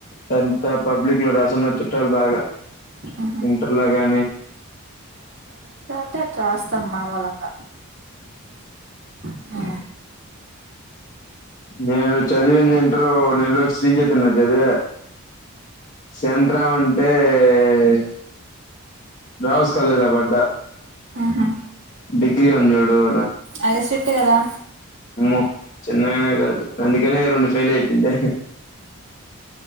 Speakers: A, on the left; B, on the right.
A: టెన్త్ పబ్లిక్ లో రాశాను న్న చుట్టాలు బాగా
B: ఉహు.
A: ఇంటర్లో గానీ
B: అట్ రాస్తాం మామూలంగా ఆ
A: నేను చదివిందేమి నెల్లూరు శ్రీ చైతన్య చదివ సెంటర్ ఏమంటే టే గర్ల్స్ కాలేజ్ లో పడ్డా
B: మ్మ్హ్
A: డిగ్రీ ఉంది చూడు ఆడ
B: అది స్ట్రిక్ట్ కదా
A: ఉ చిన్ననేగదు అందుకనే రెండు ఫైల్ అయిపోఇండే